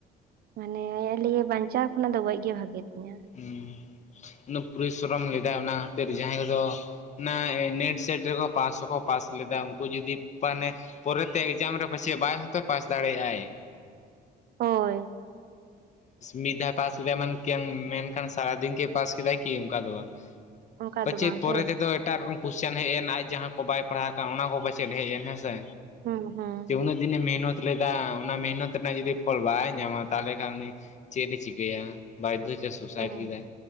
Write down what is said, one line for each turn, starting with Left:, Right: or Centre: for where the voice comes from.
Right: ᱢᱟᱱᱮ <unintelligible> ᱵᱟᱧᱪᱟᱣ ᱠᱷᱚᱱᱟᱜ ᱫᱚ ᱜᱚᱡ ᱜᱮ ᱵᱷᱟᱜᱤ ᱛᱤᱧᱟᱹ᱾
Left: ᱦᱩ ᱩᱱᱟᱹᱜ ᱯᱚᱨᱤᱥᱨᱚᱢ ᱞᱮᱫᱟᱭ ᱚᱱᱟ ᱠᱷᱟᱛᱤᱨ ᱡᱟᱦᱟᱸᱭ ᱫᱚ ᱚᱱᱟ ᱱᱮᱴ ᱥᱮᱴ ᱨᱮᱠᱚ ᱯᱟᱥ ᱦᱚᱸᱠᱚ ᱯᱟᱥ ᱞᱮᱫᱟ ᱩᱱᱠᱩ ᱡᱩᱫᱤ ᱢᱟᱱᱮ ᱯᱚᱨᱮᱛᱮ ᱮᱠᱡᱟᱢ ᱨᱮ ᱯᱟᱪᱮᱫ ᱵᱟᱭ ᱦᱚᱛᱚ ᱯᱟᱥ ᱫᱟᱲᱮᱭᱟᱜ-ᱟᱭ᱾
Right: ᱦᱳᱭ
Left: ᱢᱤᱫ ᱫᱷᱟᱣ ᱯᱟᱥ ᱠᱮᱫᱟᱭ <unintelligible> ᱢᱮᱱᱠᱷᱟᱱ ᱥᱟᱨᱟᱫᱤᱱ ᱠᱤ ᱯᱟᱥ ᱠᱮᱫᱟᱭ ᱠᱤ ᱚᱱᱠᱟ ᱫᱚ ᱵᱟᱝ᱾
Right: ᱚᱱᱠᱟ
Left: ᱯᱟᱪᱮᱫ
Right: ᱫᱚ ᱵᱟᱝ
Left: ᱯᱚᱨᱮ
Right: ᱥᱮ
Left: ᱛᱮᱫᱚ ᱮᱴᱟᱜ ᱨᱚᱠᱚᱢ ᱠᱳᱥᱪᱮᱱ ᱦᱮᱡ ᱮᱱ ᱟᱡ ᱡᱟᱦᱟᱸ ᱠᱚ ᱵᱟᱭ ᱯᱟᱲᱦᱟᱣ ᱠᱟᱱ ᱚᱱᱟ ᱠᱚ ᱯᱟᱪᱮᱫ ᱦᱮᱡ ᱮᱱ ᱦᱮᱸᱥᱮ᱾
Right: ᱦᱩᱸ, ᱦᱩᱸ᱾
Left: ᱡᱮ ᱩᱱᱟᱹᱜ ᱫᱤᱱᱮ ᱢᱮᱦᱱᱚᱛ ᱞᱮᱫᱟ ᱚᱱᱟ ᱢᱮᱦᱱᱚᱛ ᱨᱮᱱᱟᱜ ᱡᱩᱫᱤ ᱯᱷᱚᱞ ᱵᱟᱭ ᱧᱟᱢᱟ ᱛᱟᱦᱚᱞᱮ <unintelligible> ᱩᱱᱤ ᱪᱮᱫ ᱮ ᱪᱤᱠᱟᱹᱭᱟ? ᱵᱟᱫᱽᱫᱷᱚ ᱛᱮ ᱥᱩᱭᱥᱟᱭᱤᱰ
Right: ᱦᱩᱸ
Left: ᱠᱮᱫᱟᱭ,